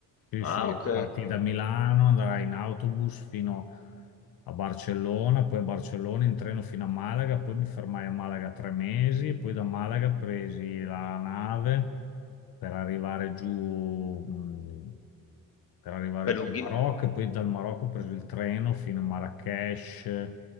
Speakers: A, on the left; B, on the left.
A: Sì,
B: Ah,
A: sì,
B: ok.
A: partì da Milano, andrai in autobus fino a Barcellona, poi a Barcellona in treno fino a Malaga, poi mi fermai a Malaga tre mesi, e poi da Malaga presi la nave per arrivare giù, mh, per arrivare
B: Beh,
A: giù
B: lunghi.
A: in Marocco e poi dal Marocco ho preso il treno fino a Marrakech